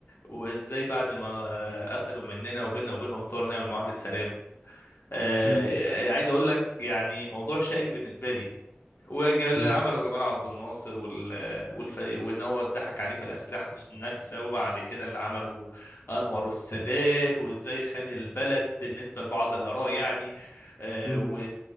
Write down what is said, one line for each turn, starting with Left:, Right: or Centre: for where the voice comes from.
Left: وازاي بعد ما قتلوا مننا وبيننا وبينهم طور نعمل معاهدة سلام آه،
Right: مم،
Left: عايز اقول لك يعني موضوع شائك بالنسبه لي وجمال
Right: مم،
Left: عمله جمال عبد الناصر وال... والف... وان هو اتضحك عليه في الاسلحه في النكسه وبعد كده اللي عمله انور السادات وازاي خان البلد بالنسبه لبعض الاراء يعني آه،
Right: مم.
Left: و...